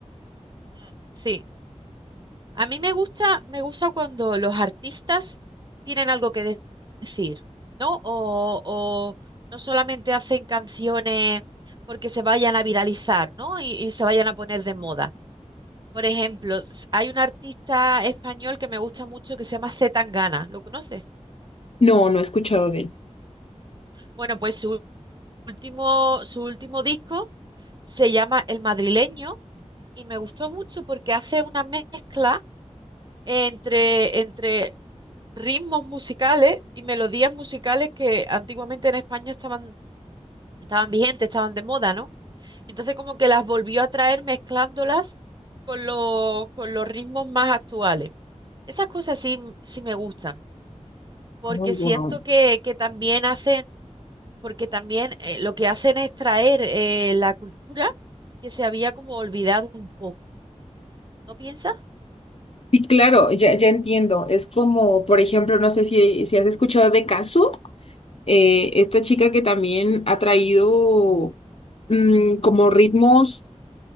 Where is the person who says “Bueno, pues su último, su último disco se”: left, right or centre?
Right